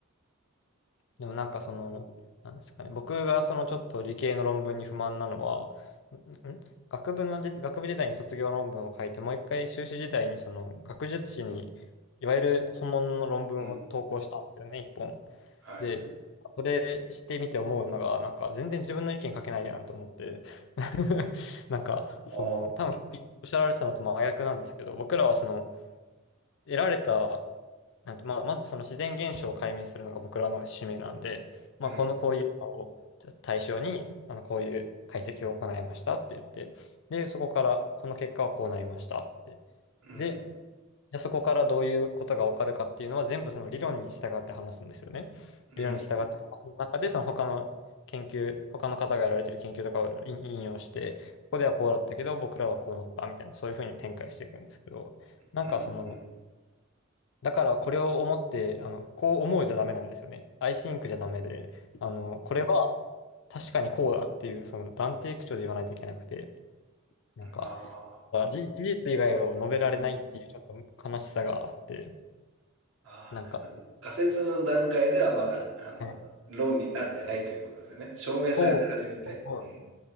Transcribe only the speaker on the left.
でもなんかその、なんですかね、僕がそのちょっと理系の論文に不満なのは、んん学部ので、学部時代に卒業論文を書いて、もう一回修士時代にその学術誌に、いわゆる本物の論文を投稿したんですよね、
一本。
で、それしてみて思うのが、なんか全然自分の意見書けないやんと思って、<laughs> なんか、
その、多分さっきおっしゃられてたのと真逆なんですけど、僕らはその、得られた、なんて、まあ、まずその自然現象を解明するのが僕らの使命なんで、まあ、
このこういうのを対象に、あの、こういう解析を行いましたって言って、で、そこから、その結果はこうなりましたって。
で、じゃあそこからどういうことがわかるかっていうのは全部その理論に従って話すんですよね。
理論に従って、その中でその他の研究、他の方がやられてる研究とかを引引用して、ここではこうだったけど、僕らはこうなったみたいな、そういうふうに展開していくんですけど、なんかその、
だからこれを思って、あの、こう思うじゃダメなんですよね。I think じゃダメで、あの、これは確かにこうだっていう、その断定口調で言わないといけなくて、なんか、
あ事事実以外を述べられないっていうちょっと悲しさがあって、
なんか、
うん
そう、そ